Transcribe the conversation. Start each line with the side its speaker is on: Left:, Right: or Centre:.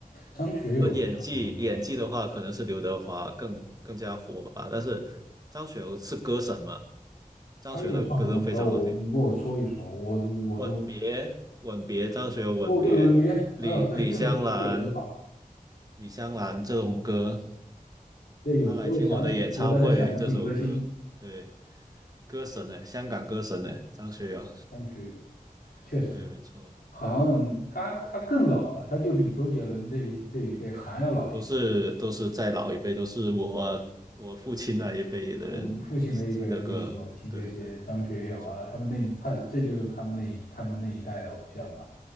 Left: 张学友有唱什么歌？
Right: 论演技，演技的话，可能是刘德华更更加火吧。但是张学友是歌神嘛，张学友的歌都非常好听。
Left: 他有唱什么歌？我你给我说一说，我都我都
Right: 吻别，吻别，张学友吻别，
Left: 哦，对，吻别，
Right: 李李香兰，
Left: 呃，对，这首歌确实好。
Right: 李香兰这种歌，
Left: 对，有时候想起歌，
Right: 他来听我的演唱会这首歌，
Left: 但是想不起歌星。
Right: 对，歌神呢，香港歌神呢，张学友，
Left: 张学友确实。
Right: 对，没错。
Left: 好像他他更老了，他就比周杰伦这一这一辈还要老一辈。
Right: 都是都是再老一辈，都是我啊我父亲那一辈的人
Left: 我们父亲那一辈人就喜欢听这些张学友啊，
Right: 听的歌，对对，没错，
Left: 他们那一他这就是他们那一他们那一代的偶像吧，